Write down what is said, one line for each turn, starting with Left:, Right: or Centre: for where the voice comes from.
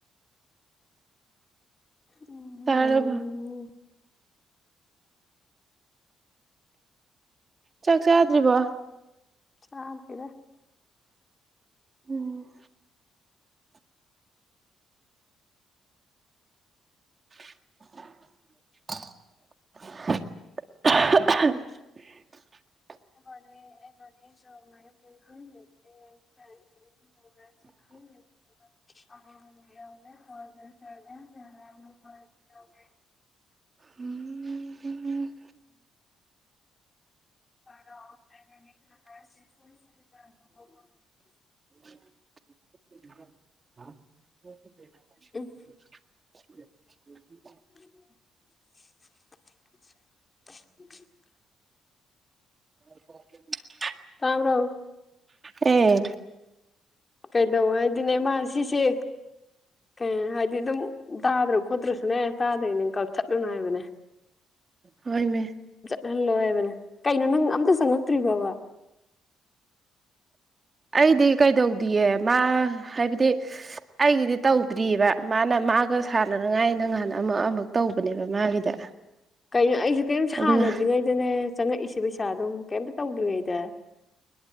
Left: ꯎꯝ
Right: <inaudible> ꯇꯥꯔꯕ ꯆꯥꯛ ꯆꯥꯗ꯭ꯔꯤꯕꯣ
Left: ꯆꯥꯗ꯭ꯔꯤꯗ
Right: ꯎꯝ <unintelligible>
Left: ꯄ <unintelligible>
Right: ꯎꯝ
Left: <inaudible>
Right: ꯑ <unintelligible>
Left: ꯎꯝ
Right: <inaudible>
Left: <unintelligible>
Right: <unintelligible>
Left: ꯇꯥꯕ꯭ꯔꯣ
Right: ꯑꯦ
Left: ꯀꯩꯗꯧ ꯍꯥꯏꯗꯤꯅꯦ ꯃꯥ ꯁꯤꯁꯦ ꯀꯩ ꯍꯥꯏꯗꯤ ꯗꯨꯝ ꯇꯥꯗ꯭ꯔ ꯈꯣꯠꯇ꯭ꯔꯁꯨꯅꯦ ꯇꯥꯗ꯭ꯔꯦꯅ ꯀꯛꯊꯠꯂꯨꯅ ꯍꯥꯏꯕꯅꯦ
Right: ꯍꯣꯏꯅꯦ
Left: ꯂꯜ ꯂꯣꯏ <unintelligible> ꯀꯩꯅꯣ ꯅꯪ ꯑꯝꯇ ꯆꯪꯉꯛꯇ꯭ꯔꯤꯕꯕ
Right: ꯑꯩꯗꯤ ꯀꯩꯗꯧꯗꯤꯌꯦ ꯃꯥ ꯍꯥꯏꯕꯗꯤ ꯑꯩꯒꯤꯗꯤ ꯇꯧꯗ꯭ꯔꯤꯑꯕ ꯃꯥꯅ ꯃꯥꯒ ꯁꯥꯟꯅꯅꯉꯥꯏ ꯅ ꯉꯍꯥꯟ ꯑꯃ ꯑꯃꯨꯛ ꯇꯧꯕꯅꯦꯕ ꯃꯥꯒꯤꯗ
Left: ꯀꯩꯅꯣ ꯑꯩꯁꯨ ꯀꯔꯤꯝ ꯁꯥꯟꯅꯗ꯭ꯔꯤꯉꯩꯗꯅꯦ
Right: ꯑꯗꯨꯒ
Left: ꯆꯪꯉꯛꯏꯁꯦ ꯁꯤ ꯄꯩꯁꯥ ꯗꯣꯃꯨꯛ ꯀꯩꯝꯇ ꯇꯧꯗ꯭ꯔꯤꯉꯩꯗ